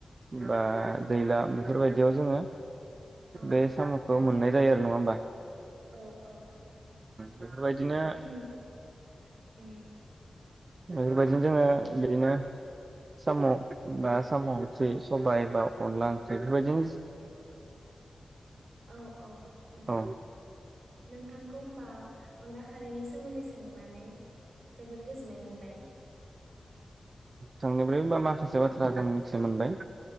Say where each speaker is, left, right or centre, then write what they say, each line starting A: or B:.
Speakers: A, on the right; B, on the right.
A: बा
B: औ
A: दैला बेफोरबायदियाव जोङो
B: औ
A: बे सामखौ मोननाय जायो आरो नङा होमबा?
B: औ औ।
A: बेफोरबायदिनो
B: <unintelligible>
A: बेफोरबायदिनो जोङो बिदिनो। साम
B: औ
A: बा साम <unintelligible> सबाइ बा अनला ओंख्रि बेफोरबाय
B: औ औ उम
A: औ
B: नोंथांखौ होनोमबा अनला खारैनि सोमोन्दै सोंनानै जोबोद गोजोननाय मोनबाय।
A: थां निफ्राया
B: औ
A: माखासे बाथ्रा थ्रा जों मिथि मोनबाय।